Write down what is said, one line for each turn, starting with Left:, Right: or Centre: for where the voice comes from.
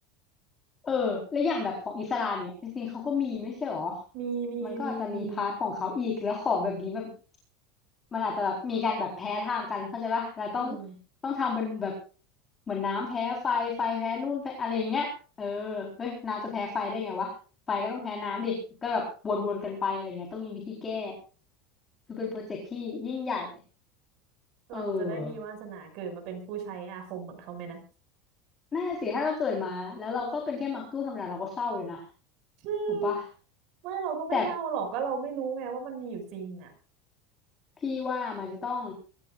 Left: เออและอย่างแบบของอิสลามเนี่ยจริงๆเขาก็มีไม่ใช่หรอ
Right: มีมีมีมี
Left: มันก็อาจจะมีพาร์ทของเขาอีกแล้วของแบบนี้แบบมันอาจจะแบบมีการแบบแพ้ทางกันเข้าใจปะเราต้อง
Right: อืม
Left: ต้องทำเป็นแบบเหมือนน้ำแพ้ไฟไฟแพ้นู่นแพ้อะไรอย่างเงี้ยเออเฮ้ยน้ำจะแพ้ไฟได้ไงวะไฟก็ต้องแพ้น้ำดิก็แบบวนๆกันไปอะไรเงี้ยต้องมีวิธีแก้คือเป็นโปรเจกต์ที่ยิ่งใหญ่เออ
Right: เราจะได้มีวาสนาเกิดมาเป็นผู้ใช้อาคมเหมือนเขาไหมนะ
Left: น่าสิถ้าเราเกิดมาแล้วเราก็เป็นแค่มักตู้ธรรมดาเราก็เศร้าเลยนะ
Right: <laughs> อืม
Left: ถูกปะ
Right: ไม่เราก็ไม่เศร้าหรอกก็เราไม่รู้ไงว่ามันมีอยู่จริงอ่ะ
Left: แต่ พี่ว่ามันจะต้อง